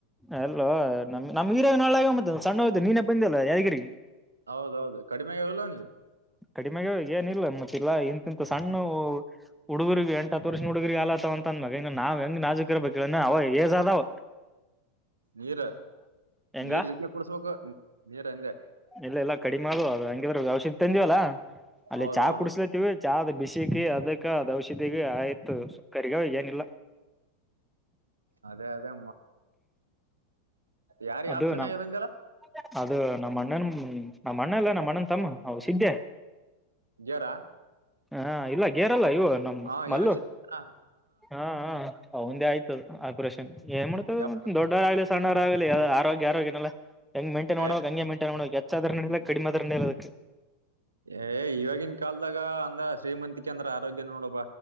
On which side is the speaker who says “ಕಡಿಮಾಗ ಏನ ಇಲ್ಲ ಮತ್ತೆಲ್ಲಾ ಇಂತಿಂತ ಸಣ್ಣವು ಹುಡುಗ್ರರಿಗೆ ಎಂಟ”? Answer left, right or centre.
Centre